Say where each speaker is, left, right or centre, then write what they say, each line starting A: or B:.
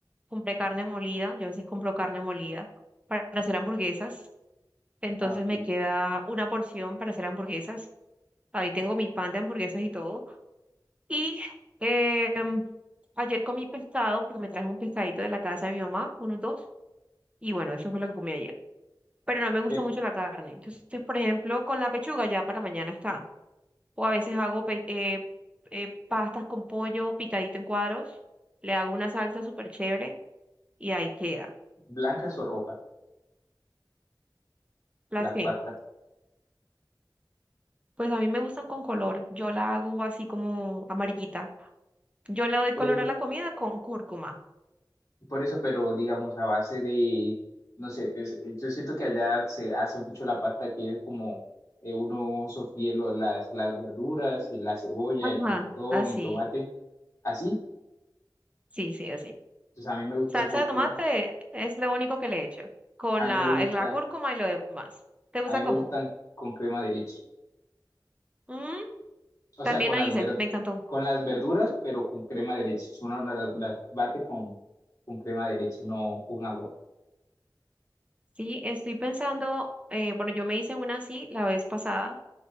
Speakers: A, on the right (about 15°); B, on the left (about 40°).
A: compré carne molida. Yo a veces compro carne molida para hacer hamburguesas. Entonces
B: ah, ok.
A: me queda una porción para hacer hamburguesas. Ahí tengo mi pan de hamburguesas y todo. Y eh, ayer comí pescado, porque me traje un pescadito de la casa de mi mamá, unos dos, y bueno, eso fue lo que comí ayer. Pero no me gusta
B: Pero,
A: mucho la carne. Entonces, por ejemplo, con la pechuga ya para mañana está. O a veces hago pe- eh, eh, pastas con pollo picadito en cuadros, le hago una salsa súper chévere y ahí queda.
B: blancas o rojas,
A: ¿Las
B: las
A: que
B: pastas.
A: Pues a mí me gustan con color. Yo la hago así como amarillita. Yo le doy
B: Por
A: color
B: eso,
A: a la comida con cúrcuma.
B: por eso, pero digamos a base de, no sé, es- eh, yo siento que allá se hace mucho la pasta que es como eh, uno sofríe lo- las, las verduras, y la cebolla,
A: Ajá,
B: el pimentón,
A: así.
B: el tomate, así.
A: Sí, sí, así.
B: Entonces a mí me gusta
A: Salsa
B: un poquito.
A: de tomate es lo único que le he hecho, con
B: A
A: la,
B: mí me gusta
A: el- la cúrcuma y lo demás. ¿Te gusta
B: A mí me
A: cómo?
B: gustan con crema de leche.
A: Mm,
B: O
A: también
B: sea, con
A: la
B: las
A: hice,
B: ver-
A: me encantó.
B: con las verduras, pero con crema de leche. Si Uno las, las bate con, con crema de leche, no con agua.
A: Sí, estoy pensando, eh, bueno, yo me hice una así la vez pasada,